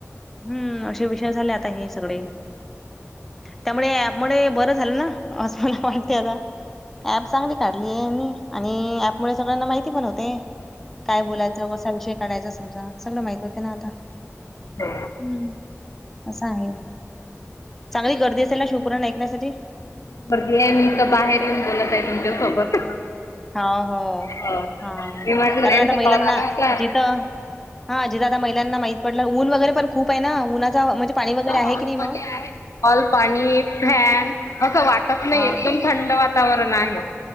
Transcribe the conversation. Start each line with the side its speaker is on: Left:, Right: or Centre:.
Centre: हम्म असे विषय झाले आता हे सगळे. त्यामुळे ऍपमुळे बरं झालं ना असं मला वाटतंय आता. ऍप चांगली काढली आहे यांनी आणि ऍपमुळे सगळ्यांना माहिती पण होतंय. काय बोलायचं, कसा विषय काढायचा, समजा सगळं माहती होतेय ना आता.
Left: हो
Centre: हम्म असं आहे, चांगली गर्दी असेल ना शिवपुराण ऐकण्यासाठी.
Left: बरी आहे मी इथं बाहेर येऊन बोलत आहे तुमच्यासोबत.
Centre: हा हो
Left: हो मी
Centre: हा
Left: म्हटलं
Centre: कारण
Left: त्यांचा
Centre: आता महिलांना
Left: कॉल आला होता
Centre: जिथं हा जिथे आता महिलांना माहित पडलं ऊन वगैरे पण खूप ना उन्हाचा म्हणजे पाणी वगैरे. आहे
Left: हॉलमध्ये
Centre: की नाही मग?
Left: आहे, हॉल पाणी फॅन असं वाटत नाही
Centre: हां,
Left: एकदम थंड वातावरण आहे.